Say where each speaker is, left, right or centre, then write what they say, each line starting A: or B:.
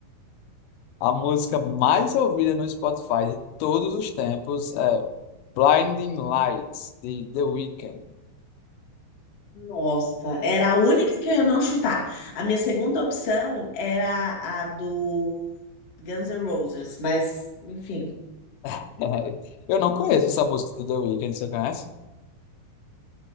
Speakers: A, on the left; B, on the left.
A: A música mais ouvida no Spotify de todos os tempos é Blinding Lights, de The Weeknd.
B: nossa, era a única que eu ia não chutar. A minha segunda opção era a do Guns N' Roses, mas enfim.
A: <laughs> Eu não conheço essa música do The Weeknd, você conhece?